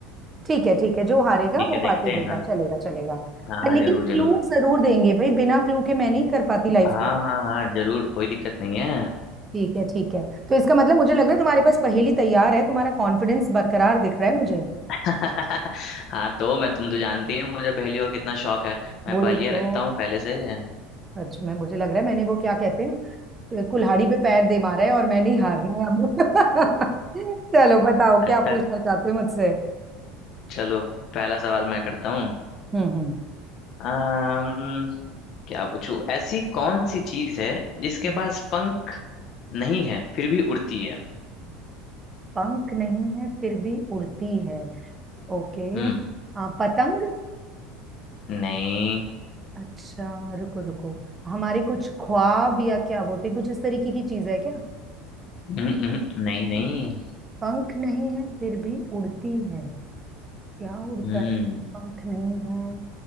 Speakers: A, on the right (about 15°); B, on the left (about 45°).
A: ठीक है ठीक है जो हारेगा
B: ठीक
A: वो
B: है देखते
A: पार्टी देगा
B: हैं ना
A: चलेगा चलेगा
B: हाँ
A: पर
B: हाँ
A: लेकिन
B: जरूर जरूर
A: क्लू जरूर देंगे भाई बिना क्लू के मैं नहीं कर पाती लाइफ
B: हाँ
A: में
B: हाँ हाँ जरूर कोई दिक्कत नहीं है
A: ठीक है ठीक है तो इसका मतलब मुझे लग रहा है तुम्हारे पास पहेली तैयार है तुम्हारा कॉन्फिडेंस बरकरार दिख रहा है मुझे
B: <laughs> हाँ तो मैं तुम तो जानती हूँ मुझे पहेलियों का कितना शौक है मैं
A: वही
B: पहेलियाँ
A: तो
B: रखता हूँ पहले से <laughs>
A: सच में मुझे लग रहा है मैंने वो क्या कहते हैं कुल्हाड़ी पे पैर दे मारा है और मैंने ही हारना है अब <laughs> चलो बताओ क्या
B: अच्छा
A: पूछना चाहते हो मुझसे
B: चलो पहला सवाल मैं करता हूँ
A: हम्म हम्म
B: अम्म, क्या पूछूं ऐसी कौन सी चीज है जिसके
A: हम्म।
B: पास पंख नहीं है फिर भी उड़ती है
A: पंख नहीं है फिर भी उड़ती है ओके
B: हम्म
A: आ, पतंग
B: नहीं
A: अच्छा रुको रुको हमारे कुछ ख्वाब या क्या बोलते हैं कुछ इस तरीके की चीज है क्या
B: हम्म, हम्म, नहीं नहीं
A: आ, पंख नहीं है फिर भी उड़ती है क्या उड़ता
B: हम्म
A: है पंख नहीं है